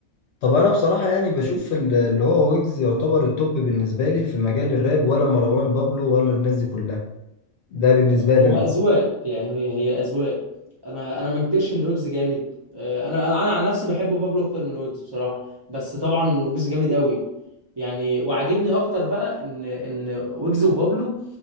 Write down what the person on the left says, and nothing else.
طب انا بصراحه يعني بشوف ال- اللي هو ويجز يعتبر التوب بالنسبه لي في مجال الراب ولا مروان بابلو ولا الناس دي كلها ده بالنسبه لي
انا